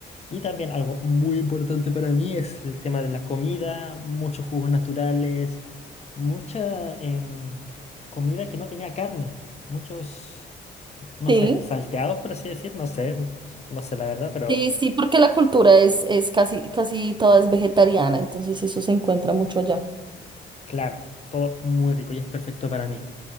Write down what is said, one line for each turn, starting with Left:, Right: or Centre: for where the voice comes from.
Left: Y también algo muy importante para mí es el tema de la comida, muchos jugos naturales, mucha em, comida que no tenía carne, muchos... no
Right: Sí.
Left: sé, salteados, por así decir, no sé, n- no sé la verdad, pero
Right: Sí, sí, porque la cultura es, es casi, casi toda es vegetariana, entonces eso se encuentra mucho allá.
Left: claro, todo muy rico y es perfecto para mí.